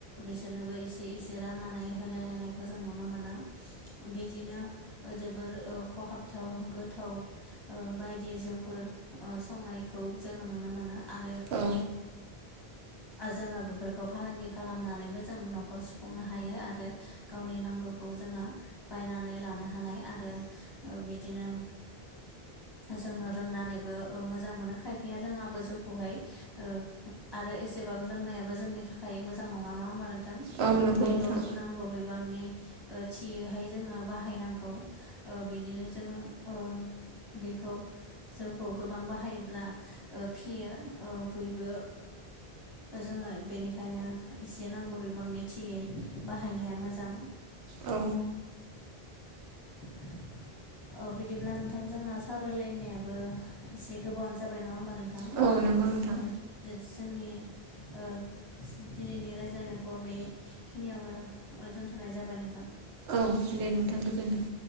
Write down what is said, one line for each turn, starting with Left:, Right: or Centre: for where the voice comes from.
Left: बिसोरनोबो एसे एसे रानना नै होलायलायनायखौ जों नुनो मोनो बिदिनो जोबोर ओ खहाबथाव गोथाव ओ बायदि जौफोर संनायखौ जोङो नुनो मोनो आ
Right: औ
Left: <inaudible> जोङो बेफोरखौ फालांगि खालामनानैबो जों न'खर सुफुंनो हायो आरो गावनि नांगौखौ जोङो बायनानै लानो हानाय आरो बिदिनो जोङो रोंनानै बो ओ मोजां मोनो खायफाया रोङाबो जौखौहाय ओ आरो एसेबा लोंनायाबो जोंनि थाखाय मोजां नङा नङा होमबा नोंथां
Right: औ नंगौ
Left: बेखौ
Right: नोंथां
Left: नांगौ बिबांनि थियैहाय जोङो बाहायनांगौ ओ बिदिनो जोङो ओ बेखौ जों खौ गोबां बाहायोब्ला फेयो ओ बयबो जोङो बेनिखायनो एसे नांगौ बिबांनि थियै बाहायनाया मोजां
Right: औ
Left: <inaudible> अ बिदिब्ला नोंथां जोंना सावरायलायनायाबो एसे गोबावानो जाबाय नङा होमबा नोंथां
Right: औ नंगौ औ नंगौ नोंथां
Left: औ जो जोंनि ओ दिनैनि रायलायनायखौ बेखिनियावनो ओ दोनथ'नाय जाबाय नों
Right: औ दे नोंथां गोजोन्थों